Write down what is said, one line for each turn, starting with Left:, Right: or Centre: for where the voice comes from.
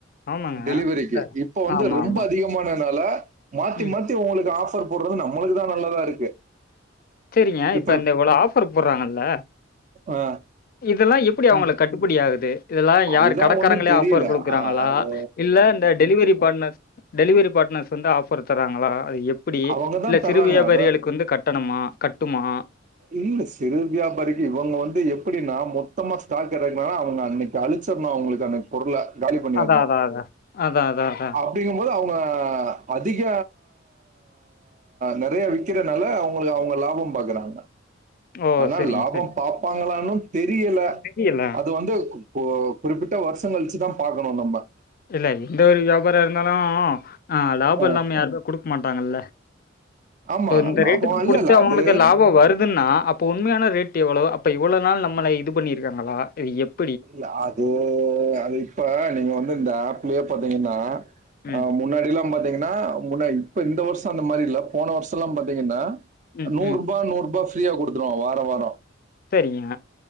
Left: ஆமாங்க
Right: டெலிவரிக்கு
Left: இந்த
Right: இப்ப வந்து
Left: ஆமா
Right: ரொம்ப
Left: ஆமா
Right: அதிகமானனால மாத்தி
Left: ம்
Right: மாத்தி உங்களுக்கு ஆஃபர் போறது நம்மளுக்கு தான் நல்லதா இருக்கு
Left: சேரிங்க இப்ப
Right: இப்படி
Left: அந்த இவ்ளோ ஆஃபர் போறாங்கல்ல
Right: ஆ
Left: இதெல்லாம் எப்டி அவுங்களுக்கு
Right: ம்.
Left: கட்டுப்படி ஆகுது இதெல்லாம் யார்
Right: அதுதான்
Left: கடக்காரங்களே
Right: ஒண்ணும் தெரியல.
Left: ஆஃபர் குடுக்கறாங்ளா
Right: அ அது
Left: இல்ல இந்த டெலிவரி பாட்னர்ஸ் டெலிவரி பாட்னர்ஸ் வந்து ஆபர் தராங்களா அது எப்டி
Right: அவங்க தான்
Left: இல்ல
Right: தர்றாங்க.
Left: சிறு வியாபாரிகளுக்கு
Right: அதான்
Left: வந்து கட் டணுமா கட்டுமா
Right: இல்ல சிறு வியாபாரிக்கு இவுங்க வந்து எப்புடி நா மொத்தமா ஸ்டாக் இறக்குனா அவுங்க அன்னைக் அழிச்சிரணும் அவுங்களுக்கு அந்த பொருள காலி பண்ணிறணும்
Left: அதா அதா அதா அதா அதா அதா
Right: அப் டிங்கும்போது அவுங்க அதிக நறைய விக் கிறனால அவுங்களுக்கு அவுங்க லாபம் பாக்குறாங்க
Left: ஓ
Right: ஆனா
Left: சரிங்க
Right: லாபம்
Left: சரி
Right: பாப்பாங்களான்னு தெரியல
Left: தெரியல
Right: அது வந்து இப்போ குறிப்பிட்ட வருஷம் கழிச்சுதான் பாக்கணும் நம்ம
Left: இல்ல எந்த ஒரு வியாபாரம் இருந்தாலும் ஆ லாபம்
Right: ம்.
Left: இல்லாம யாருமே குடுக்க மாட்டாங்கல்ல
Right: ஆமா.
Left: இந்த
Right: லாபம்
Left: ரேட்டுக்கு
Right: இல்ல,
Left: குடுத்து
Right: இல்ல.
Left: அவுங்களுக்கு
Right: அது
Left: லாபம் வருதுன்னா அப் போ உண்மையான ரேட் எவ்ளோவு அப்போ இவ்ளோ நாள் நம்மள இது பண்ணிருக்கங்களா இது எப்
Right: இல்ல அது அது இப்ப நீங்க வந்து இந்த ஆப்லயே பாத்தீங்கன்னா
Left: ம்,
Right: முன்னாடியிலாம் இப்போ பாத்தீங்கன்னா முன்ன இப்ப இந்த வருஷம் அந்த மாரி இல்ல போன வருஷம் எல்லாம் பாத்தீங்கன்னா
Left: ம்,
Right: நூர்
Left: ம்.
Right: ரூபா நூர் ரூபா ஃப்ரீயா குடுத்துருவா வாரம் வாரம்
Left: சரிங்க